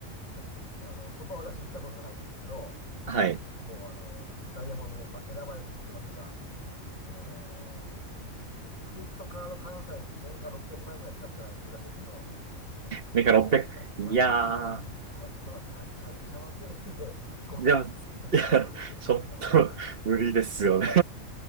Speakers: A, on the left; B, on the right.
A: かっこいいです。あの、そこは私行ったことないんですけど、
B: はい。
A: もうあの、ダイヤモンドメンバー選ばれし人だけが、あのークレジットカード換算で年間600万円ぐらい使ったらいけるらしいですけど、そんな600万円、
B: メカ600。いや
A: まあ、
B: ー、
A: そんな会、会社の経費でごひゃくせん
B: でも、<laughs>
A: <laughs> とかやろ、
B: いや、
A: こっちじゃ無理だろ、
B: ちょっと無理ですよね
A: みたいな。